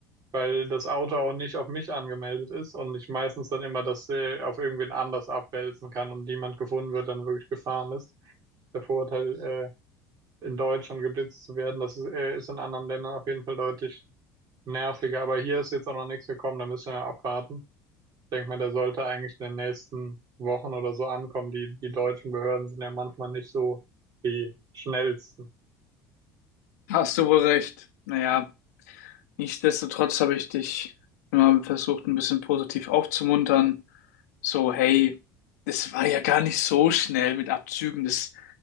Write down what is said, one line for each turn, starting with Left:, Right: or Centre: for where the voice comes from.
Right: weil das Auto auch nicht auf mich angemeldet ist und ich meistens dann immer das äh, auf irgendwen anders abwälzen kann und niemand gefunden wird, dann wirklich gefahren ist. Der Vorteil, äh, in Deutschland geblitzt zu werden, das äh, ist in anderen Ländern auf jeden Fall deutlich nerviger. Aber hier ist jetzt auch noch nichts gekommen, da müssen wir abwarten. Ich denke mal, der sollte eigentlich in den nächsten Wochen oder so ankommen. Die, die deutschen Behörden sind ja manchmal nicht so die schnellsten.
Left: Hast du wohl recht. Naja. Nichtsdestotrotz habe ich dich immer versucht, ein bisschen positiv aufzumuntern. So, hey, das war ja gar nicht so schnell mit Abzügen. Das